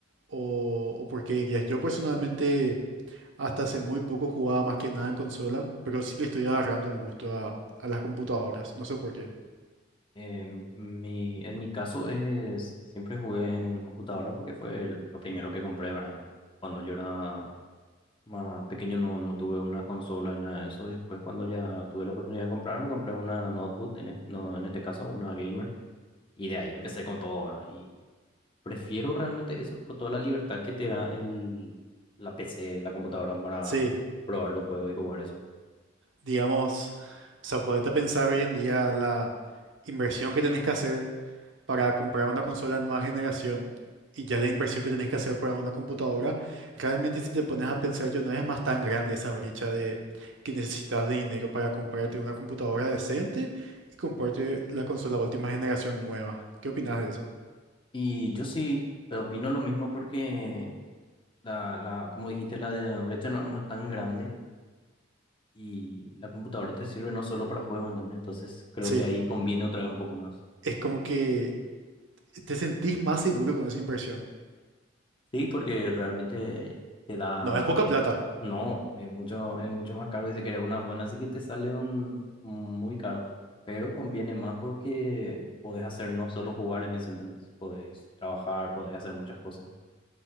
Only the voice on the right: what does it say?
o, o por qué dirías? Yo personalmente hasta hace muy poco jugaba más que nada en consola, pero sí le estoy agarrando el gusto a, a las computadoras. No sé por qué.
Sí,
digamos, o sea, podete pensar hoy en día la inversión que tenés que hacer para comprar una consola de nueva generación y ya la inversión que tenés que hacer para una computadora, realmente si te pones a pensar yo no es más tan grande esa brecha de que necesitas de dinero para comprarte una computadora decente y comprarte la consola de última generación nueva. ¿Qué opinas de eso?
Sí,
es como que te sentís más seguro con esa inversión.
No, es poca plata.